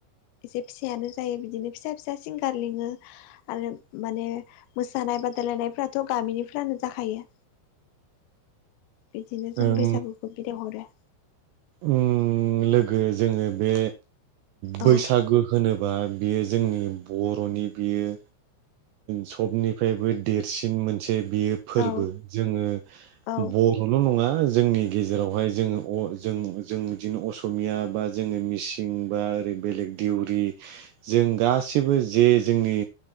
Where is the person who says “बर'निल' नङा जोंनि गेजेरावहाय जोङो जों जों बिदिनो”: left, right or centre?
Right